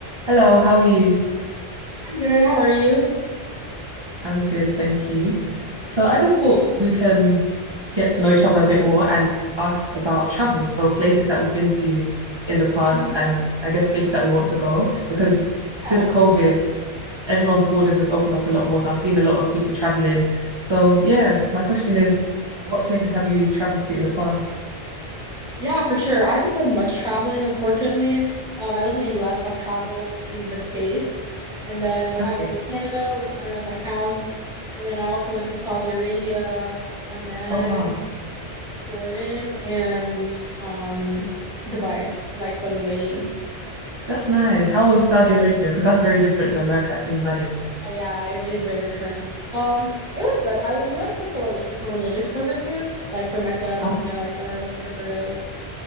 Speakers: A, on the right; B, in the centre.
A: Hello, how are you?
B: I'm good. How are you?
A: I'm good, thank you. So I just thought we can get to know each other a bit more and ask about travel. So places that we've been to in the past
B: Mhm.
A: and I guess places that we want to go because since
B: Yeah.
A: COVID, everyone's borders has opened up a lot more. So I'm seeing a lot of people traveling. So yeah, my question is, what places have you traveled to in the past?
B: Yeah, for sure. I haven't done much traveling, unfortunately. Um, I live in the US. I've traveled in the States, and then I
A: Okay.
B: went to Canada, which I don't know if that counts. And then I also went to Saudi Arabia, Oman,
A: Oh wow.
B: Jordan, and um Dubai, like so the UAE.
A: That's nice. How was Saudi Arabia? Because that's very different to America, I can imagine.
B: Oh yeah, it is very, very different. Um, it was good. I we went for like a rel for religious purposes, like for Mecca,
A: Um,
B: Medina, like I don't know if you've ever heard of.